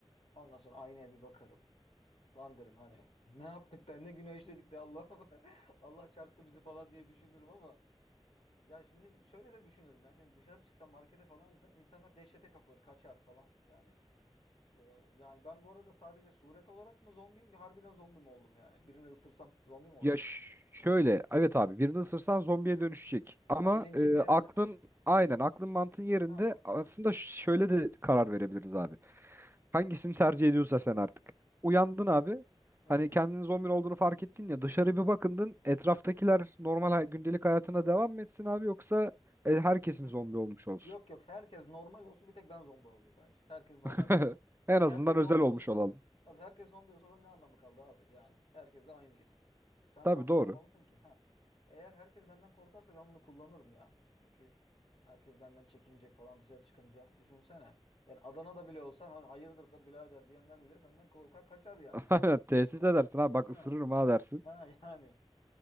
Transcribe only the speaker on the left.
Ondan sonra aynaya bir bakarım. Lan derim hani <laughs> ne yaptık da ne günah işledik de Allah'ım. <laughs> Allah çarptı bizi falan diye düşünürüm ama. Ya şimdi şöyle de düşünürüm ben. Şimdi dışarı çıksam markete falan gitsem insanlar dehşete kapılır, kaçar falan. Yani bu- yani ben bu arada sadece suret olarak mı zombiyim? Bir harbiden zombi mi oldum yani? Birini ısırsam zombi mi olacak?
Ama bilincim
yerinde
değil mi?
Tamam.
Evet.
Hı hı.
Hı.
Yok yok herkes normal olsun bir tek ben zombi olayım bence. Herkes normal
olmasın.
Çünkü
herkes
zombi
olsa
tabii herkes zombi olsa da ne anlamı kaldı abi yani. Herkes de aynıyız. Bir Sen
farklı
olmalısın ki ha. Eğer herkes benden korkarsa ben bunu kullanırım ya. Çünkü herkes benden çekinecek falan dışarı çıkınca. Düşünsene. Yani Adana'da bile olsan "Ha- hayırdır la birader diyenler bile senden korkar kaçar yani.
Değil mi?
Ha,
ha yani.